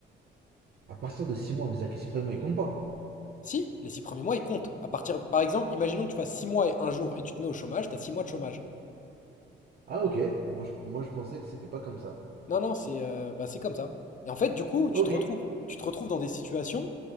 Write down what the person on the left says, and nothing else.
Si, les six premiers mois, ils comptent. À partir, par exemple, imaginons que tu fasses six mois et un jour et tu te mets au chômage, t'as six mois de chômage.
Non, non, c'est euh, bah, c'est comme ça. Et en fait, du coup,
tu te retrouves,
tu te retrouves dans des situations